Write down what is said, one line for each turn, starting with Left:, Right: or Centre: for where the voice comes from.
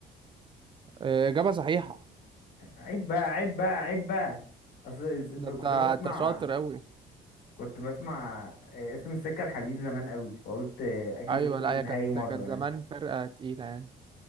Right: آه، اجابه صحيحه
Left: عيب بقى عيب بقى عيب بقى اصل الس- ب-
Right: ده انت
Left: كنت
Right: انت
Left: بسمع
Right: شاطر قوي
Left: كنت بسمع آه، اسم السكة الحديد زمان قوي فقلت آه، اكيد
Right: ايوه
Left: وصلت
Right: لا
Left: النهائي
Right: هي كانت
Left: مرة
Right: كانت
Left: يعني
Right: زمان فرقه تقيله يعني